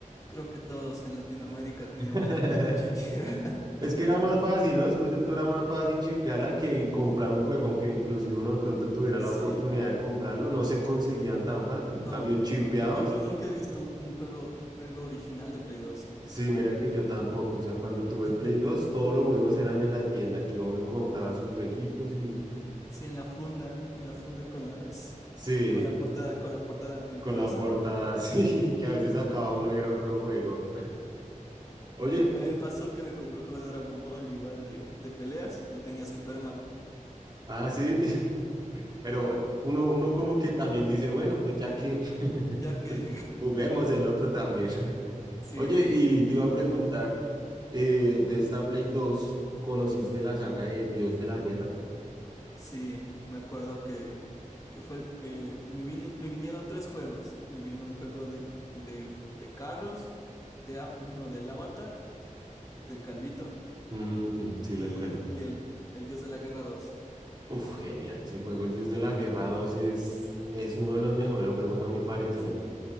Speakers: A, on the left (about 25°); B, on the right (about 30°).
A: Creo que todos en Latinoamérica
B: <laughs>
A: teníamos la vida chipia. <laughs>
B: Es que era más fácil, ¿no? Después de todo era más fácil chipearla que comprar un juego, aunque inclusive uno de pronto tuviera
A: Sí,
B: la oportunidad de comprarlo, no se conseguían tan fácil. En
A: no,
B: cambio, chipeados,
A: no. Yo, yo nunca he visto un, un juego, un juego original de Play dos
B: sí, mira que yo tampoco. O sea, cuando tuve
A: Ajá.
B: el Play 2 todos los juegos eran en la tienda, que iba uno y compraba sus jueguitos y
A: Sí, en la funda, en la funda con las,
B: sí,
A: con, con la portada, con la portada mentirosa.
B: con la portada,
A: <laughs>
B: <laughs> sí, que a veces acababa uno y era otro juego. Oye,
A: A mí me pasó que me compré un juego de Dragon Ball igual de, de peleas y tenía Superman.
B: Ah, sí. <laughs> Pero bueno, uno, uno como que también dice, bueno, pues ya que <laughs>
A: Ya que,
B: juguemos el otro también. <laughs>
A: <laughs>
B: Oye,
A: sí.
B: y te iba a preguntar, eh, de esta Play 2, ¿conociste la saga de Dios de la Guerra?
A: Sí, me acuerdo que, que fue el, eh, me vine- me vinieron tres juegos. Me vino un juego de, de, de carros, de a- uno del Avatar, del Calvito,
B: Ujú, sí,
A: y,
B: recuerdo.
A: y el, el Dios de la Guerra dos
B: Uf, genial, ese juego, el Dios de la Guerra 2 es, es uno de los mejores juegos a mi parecer.
A: Sí,